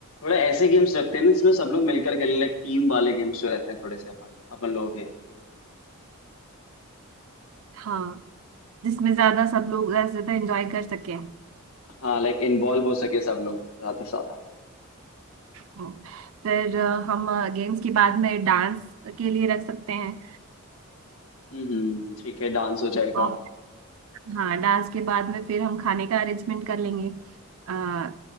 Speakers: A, on the left; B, on the right.
A: ऐसे गेम्स रखते हैं ना जिसमें सब लोग मिलकर खेलें लाइक टीम वाले गेम्स जो रहते हैं थोड़े से अपन अपन लोग
B: हाँ जिसमें ज्यादा सब लोग ज्यादा से ज्यादा एंजॉय कर सकें
A: हाँ लाइक इन्वॉल्व हो सके सब लोग ज्यादा से ज्यादा
B: हम्म, फिर अ, हम गेम्स के बाद में डांस के लिए रख सकते हैं
A: हम्म ठीक है डांस हो जाएगा
B: और हाँ डांस के बाद में फिर हम खाने का अरेंजमेंट कर लेंगे आ,